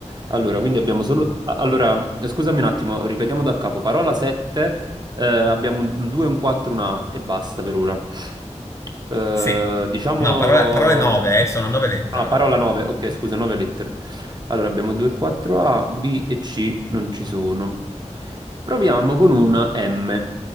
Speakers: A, on the right; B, on the left.
A: Allora, quindi abbiamo solo... a- Allora, scusami un attimo, ripetiamo da capo. Parola 7, abbiamo un 2, un 4, un A e basta per ora. Eh,
B: Sì.
A: diciamo...
B: No, parole, parole nove, eh, sono nove lettere
A: Ah,
B: la
A: parola
B: parola.
A: 9, ok, scusa, 9
B: Sì.
A: lettere. Allora, abbiamo 2, 4, A, B e C non ci sono. Proviamo con una M.